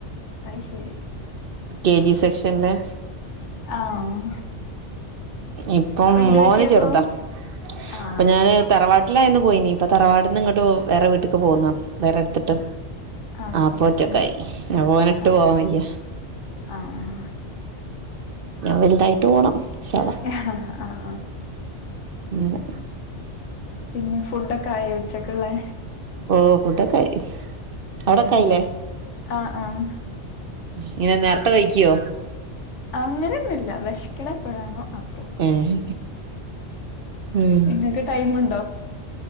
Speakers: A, on the left; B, on the right.
A: അയ്ശരി
B: കെ ജി സെക്ഷൻല്ല്
A: ആഹ്
B: ഇപ്പം
A: ഇപ്പൊ എന്ത്
B: മോന്
A: പറ്റിയപ്പൊ
B: ചെറുതാ
A: ആഹ്
B: അപ്പൊ ഞാന് തറവാ ട്ട്ലായന്ന് പോയിനി ഇപ്പൊ തറവാട്ട്ന്ന് ഇങ്ങട്ട് വേറെ വീട്ട്ക്ക് പോന്നാ വേറെട്ത്ത്ട്ട്
A: അത്
B: അപ്പൊ
A: ശരി
B: ഒറ്റക്കായി
A: ഉം
B: ഇഞ്ഞ് ഓനെട്ട്
A: ആഹ്
B: പോവാൻ വയ്യ
A: ആഹ്
B: ഇഞ്ഞോൻ വൽതായിട്ട് പോണം ഇൻഷാഹ് അള്ളാ
A: ആഹ് ആഹ്
B: അങ്ങനെ
A: പിന്നെ ഫുഡൊക്കെ ആയോ ഉച്ചക്ക്ള്ളേ
B: ഓഹ് ഫുഡൊക്കായി അവിടെ ഒക്കായില്ലേ
A: ഉം ആഹ് ആഹ്
B: ഇങ്ങനെ നേർത്തെ കഴിക്ക്യോ
A: അങ്ങനെയൊന്നുല്ല വെശ്ക്ക്ണെ എപ്പഴാണോ അപ്പോ
B: ഏഹ് ഉം
A: ഇങ്ങക്ക് ടൈം ഇ